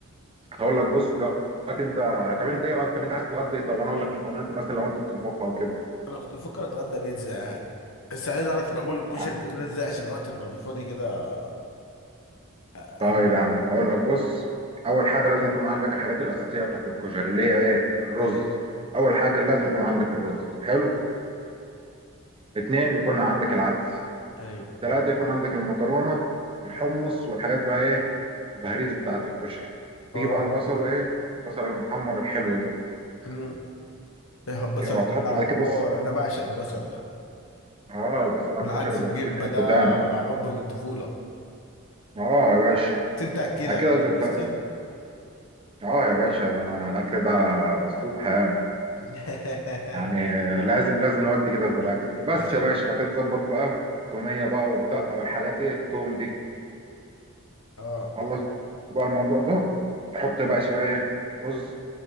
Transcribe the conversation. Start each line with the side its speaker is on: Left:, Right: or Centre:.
Right: هقول لك بص دلوقتي انت طب انت ايه رايك طب انت عايز تتغدى إيه؟ طب انا اقول لك مكوناته مثلا لو انت بتطبخها وكده
Left: انا كنت بفكر اتغدى بيتزا يعني بس عايز اعرف العمول الكشري
Right: آه،
Left: بتعمله ازاي عشان وقت ما ابقى فاضي كده اعمل
Right: طيب يا عم هقول لك بص اول حاجه لازم يكون عندك الحاجات الاساسيه بتاعت الكشري اللي هي ايه الرز
Left: ايه
Right: اول حاجه لازم يكون عندك الرز حلو اتنين يكون عندك العدس
Left: ايوه
Right: ثلاثة يكون عندك المكرونة الحمص والحاجات بقى ايه البهاريز بتاعة الكشري تيجي
Left: اه
Right: بقى البصل وايه البصل المحمر الحلو ده
Left: مم. ايه البصل
Right: كده وهتحط
Left: ده آه،
Right: بعد
Left: حوار
Right: كده بص
Left: انا بعشق البصل ده
Right: اه البصل على
Left: والعدس
Right: الكشري بيوديه
Left: بجبه
Right: في حتة
Left: ده
Right: تاني
Left: حب من الطفوله
Right: اه يا باشا
Left: بس انت اكلها
Right: بعد كده
Left: مش
Right: تف...
Left: لسه
Right: اه يا باشا ده انا الاكل ده اسلوب حياة
Left: <laughs>
Right: يعني لازم لازم نودي كده في الاكل بس
Left: وحشتني
Right: يا باشا بعد كده تظبط بقى التومية بقى والدقة والحاجات ايه التوم دي
Left: اه
Right: خلص بقى الموضوع ده تحط بقى شوية ايه رز